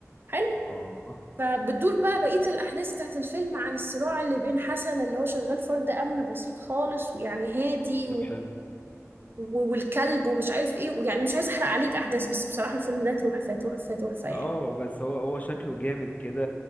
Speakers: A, on the right; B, on the left.
A: حلو
B: اه
A: فبتدور بقى بقية الأحداث بتاعت الفيلم عن الصراع اللي بين حسن اللي هو شغال فرد أمن بسيط خالص ويعني هادي
B: طب حلو
A: و- والكلب ومش عارف ايه يعني مش عايزه احرق عليك احداث بس بصراحه الفيلم ده تحفه تحفه تحفه يعني
B: اه بس هو هو شكله جامد كده